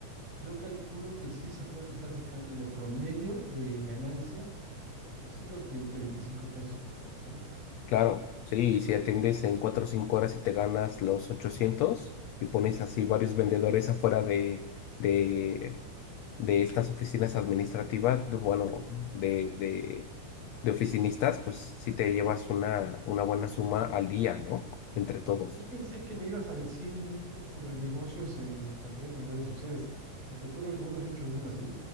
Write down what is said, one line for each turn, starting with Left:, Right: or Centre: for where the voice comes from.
Right: Yo calculo que sí se pueden estar sacando de promedio de ganancia, pues sí, los 20 25 pesos por persona.
Left: Claro, sí, y si atiendes en cuatro o cinco horas y te ganas los 800 y pones
Right: Sí,
Left: así
Right: está
Left: varios
Right: bueno.
Left: vendedores afuera de, de, de estas oficinas administrativas, de- bueno, de, de, de oficinistas, pues sí te llevas una, una buena suma al día, ¿no? Entre todos.
Right: Yo pensé que me ibas a decir mucho sobre negocios en internet o en redes sociales. ¿Se te ocurre alguno? ¿Has hecho alguna, sí?